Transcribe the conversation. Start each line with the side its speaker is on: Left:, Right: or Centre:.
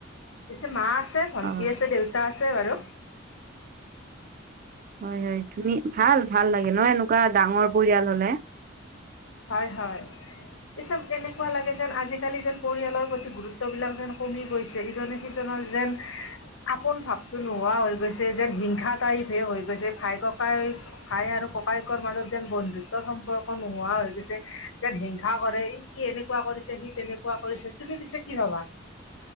Left: পিছে মা আছে, ভন্টি
Right: অ
Left: আছে, দেউতা আছে বাৰু।
Right: হয় হয়, ধুনি, ভাল ভাল লাগে ন' এনেকুৱা ডাঙৰ পৰিয়াল হ'লে।
Left: হয় হয়। পিছে এনেকুৱা লাগে যেন আজিকালি যেন পৰিয়ালৰ প্ৰতি গুৰুত্ব বিলাক যেন কমি গৈ ছে ইজনে সিজনৰ যেন আপোন ভাৱটো নোহোৱা হৈ গৈছে যেন হিংসা টাইপহে হৈ গৈছে ভাই, ককাই ভাই আৰু ককায়েকৰ মাজত যেন বন্ধুত্বৰ সম্পৰ্ক নোহোৱা হৈ পিছে যেন হিংসা কৰে, সি এনেকুৱা কৰিছে, সি তেনেকুৱা কৰিছে, তুমি পিছে কি ভাবা।